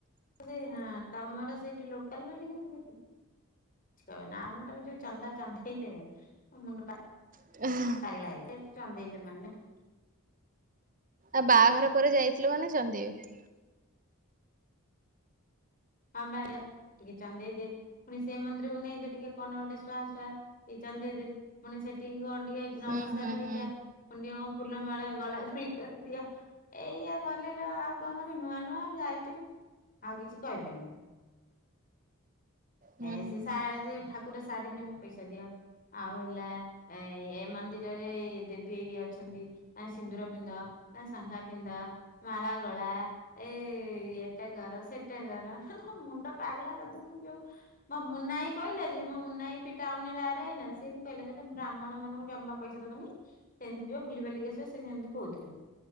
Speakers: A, on the left (about 40°); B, on the right (about 40°).
A: ସେ ହଁ ତମର ସେଇଠି ଲୋକାଲ ବୋଲି କି। କିଛି କହିବ ନି। ଆ ମୁଣ୍ଡରେ ଯୋଉ ଚନ୍ଦା ଚନ୍ଦେଇଲେ ମୁଣ୍ଡ। ପାଗଳ।
B: <unintelligible>
A: ପାଗଳ ହୋଇଗଲି ଚନ୍ଦେଇଲେ ମାନେ।
B: ଆ ବାହାଘର ପରେ ଯାଇଥିଲୁ ମାନେ ଚନ୍ଦେଇବେ।
A: ହଁ ବାଜା ଟିକେ ଚନ୍ଦେଇଦି ପୁଣି ସେ ମନ୍ଦିରକୁ ନେଇ ଯେ ଟିକେ କଣ ଗୋଟେ ଶୁଆ ଶୁହା। ଚନ୍ଦେଇ ଦେ ପୁଣି ସେଠିକି କଣ ଟିକେ ନମସ୍କାର
B: ହୁଁ ହୁଁ
A: ହେଇଯା।
B: ହୁଁ
A: ନିଅ ଫୁଲ ମାଳା ଗଳା ଗଳି କରି ଦିଅ। ଏଇଆ ଗଲେଲୋ ଆଉ କଣ କରିଲୁ ନୂଆ ନୂଆ ଯାଇଛୁ ଆଉ କିଛି କହିପାରନୁ।
B: ହୁଁ
A: ଏ ସେ ଠାକୁର।
B: ହୁଁ
A: ପୁରା ଶାଢୀ ନେମେ ପଇସା ଦିଅ। ଆଉ ହେଲା ଏ ଏ ମନ୍ଦିରରେ ଦେବୀ। ଅଛନ୍ତି ସିନ୍ଦୁର ପିନ୍ଧାଅ। ସାଙ୍ଖା ପିନ୍ଧାଅ। ମାଳା ଗଳା। ଏଇ ଏଟା କର। ସେଟା କର। ମୁଣ୍ଡ ପାଗଳା କରିଦନି ଯୋଉ। ମୋ ମୁନାଇ କହିଲା ଯେ ମୋ ମୁନାଇ ବି ଟାଉନ ରେ ଆର ଆଇ ନା ସେ ବି କହିଲା। କଇଲା ବ୍ରାହ୍ମଣ ମାନଙ୍କୁ ଜମା। ପଇସା ଦବନି ସେମିତି ଯିବ ବୁଲି ବାଲିକି ଆସିବ। ସେ ସେମିତି କଉଥିବେ।